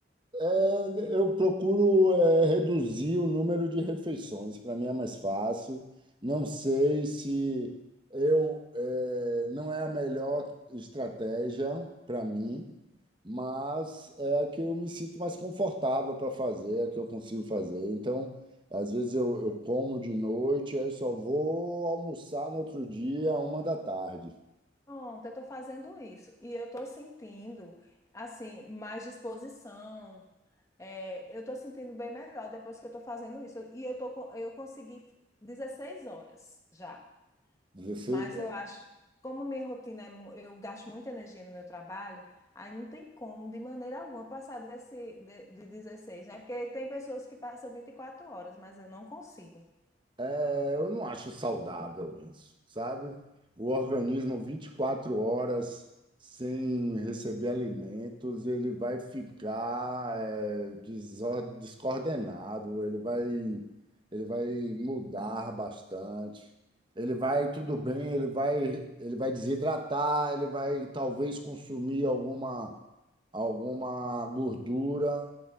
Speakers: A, on the right (about 25°); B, on the left (about 15°).
A: É, Eu procuro, eh, reduzir o número de refeições, para mim é mais fácil. Não sei se eu, eh, não é a melhor estratégia para mim, mas é a que eu me sinto mais confortável para fazer, é a que eu consigo fazer. Então, às vezes eu, eu como de noite, aí eu só vou almoçar no outro dia, uma da tarde.
B: Pronto, eu estou fazendo isso. E eu estou sentindo, assim, mais disposição É, eu estou sentindo bem melhor depois que eu estou fazendo isso. E eu tô com, eu consegui 16 horas já.
A: 16
B: Mas eu acho, como minha rotina é, mu- eu gasto muita energia no meu trabalho, aí não tem como, de maneira alguma, passar desse de, de 16, né? Porque tem pessoas que passam 24 horas, mas eu não consigo.
A: É, eu não acho saudável isso, sabe? O organismo 24 horas sem receber alimentos, ele vai ficar é, desor- descoordenado, ele vai, ele vai mudar bastante. Ele vai, tudo bem, ele vai, ele vai desidratar, ele vai talvez consumir alguma, alguma gordura,